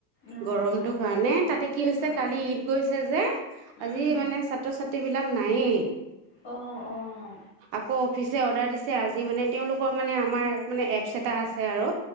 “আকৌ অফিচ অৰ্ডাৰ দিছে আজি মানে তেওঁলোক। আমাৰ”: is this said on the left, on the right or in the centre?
Right